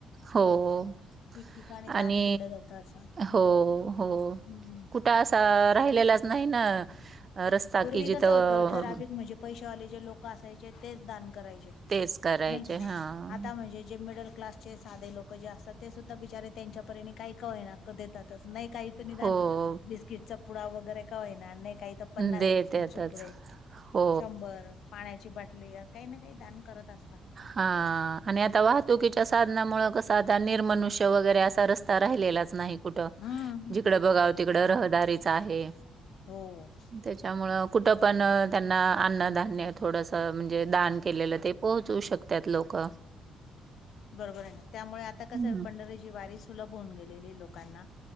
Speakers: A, on the right; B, on the left.
A: हो हो.
B: ठिकठिकाणी
A: आणि
B: दान केलं जातं असं
A: हो हो
B: हं.
A: कुठ असा राहिलेला नाही ना. अ, रस्ता
B: पूर्वी
A: की जिथं
B: कसं होतं ठराविक म्हणजे पैशेवाले जे लोक असायचे तेच दान करायचे
A: तेच करायचे.
B: नाही का
A: हां.
B: आता म्हणजे जे मिडल क्लास जे साधे लोक जे असतात ते सुद्धा बिचारे त्यांच्यापरीने काही काही का होईना देतातच नाही काहीत निदान
A: हो.
B: बिस्किटचा पुड वगैरे का होईना नाही काही तर पन्नास
A: देत
B: बिस्किटचे
A: येतच.
B: पुडे,
A: हो
B: शंभर पाण्याची बाटलीया काही ना काही दान करत असतात.
A: हां आणि आता वाहतुकीच्या साधनामुळे कस आता निर्मनुष्य वगैरे असा रस्ता राहिलेलाच नाही कुठं
B: हम्म.
A: जिकडं बघाव तिकडं रहदारीच आहे.
B: हो.
A: त्याच्यामुळ कुठं पण त्यांना अन्नधान्य थोडसं म्हणजे दान केलेलं ते पोहोचवू शकतात लोक
B: बरोबर आहे ना त्यामुळे आता कसं
A: हं.
B: पंढरीची वारी सुलभ होऊन गेलेली ए लोकांना